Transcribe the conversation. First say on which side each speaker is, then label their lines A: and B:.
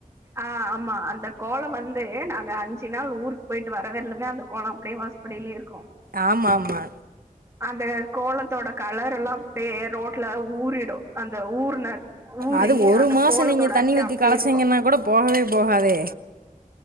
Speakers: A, on the right; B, on the right.
A: ஆஹ் ஆமா அந்த கோலம் வந்து நாங்க அஞ்சு நாள் ஊர் போயிட்டு வரவரையிலுமே அந்த கோலம் அப்டியே வாசப்படிலே இருக்கும்
B: ஆமா ஆமா
A: அந்த கோலத்தோட கலர் எல்லாம் அப்டியே ரோட்ல ஊறிடும் அந்த ஊர்ன ஊறி
B: அது ஒரு
A: அந்த
B: மாசம்
A: கோலத்தோட
B: நீங்க தண்ணி
A: அச்சு
B: ஊத்தி
A: அப்படியே
B: கலச்சிங்கன்னா
A: இருக்கும்.
B: கூட போகவே போகாதே